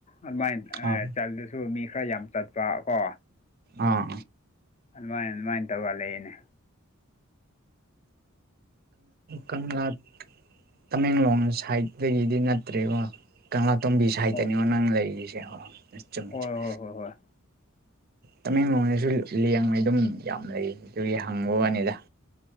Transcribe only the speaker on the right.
ꯑꯥ
ꯑꯥ
ꯀꯪꯂꯥ ꯇꯃꯦꯡꯂꯣꯡ ꯁꯥꯏꯠꯇꯒꯤꯗꯤ ꯅꯠꯇ꯭ꯔꯦꯕ ꯀꯪꯂꯥ ꯇꯣꯝꯕꯤ ꯁꯥꯏꯇꯅꯤꯉꯣ
ꯅꯪ ꯂꯩꯔꯤꯁꯦ ꯆꯨꯝꯃꯤ
ꯆꯨꯝꯃꯤ
ꯇꯃꯦꯡꯂꯣꯡꯗꯁꯨ ꯂꯡꯕꯩ ꯑꯗꯨꯝ ꯌꯥꯝ ꯂꯩ ꯑꯗꯨꯒꯤ ꯍꯪꯕ ꯋꯥꯅꯤꯗ